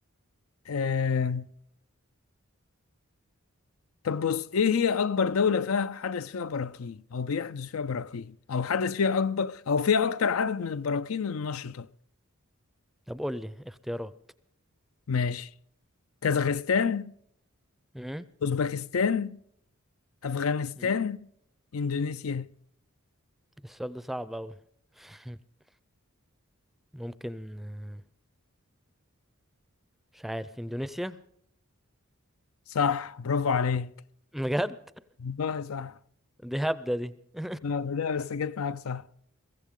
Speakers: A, on the left; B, in the centre.
A: آه. طب بص إيه هي أكبر دولة فيها حدث فيها براكين أو بيحدث فيها براكين أو حدث فيها أكبر أو فيها أكتر عدد من البراكين النشطة
B: طب قول لي اختيارات
A: ماشي كازاخستان
B: مم؟
A: أوزبكستان أفغانستان
B: مم؟
A: إندونيسيا
B: السؤال ده صعب أوي <laughs> ممكن آه، مش عارف اندونيسيا
A: صح برافو عليك
B: بجد
A: والله صح
B: <laughs> دي هبدة دي <laughs>
A: لا لا، بس جت معاك صح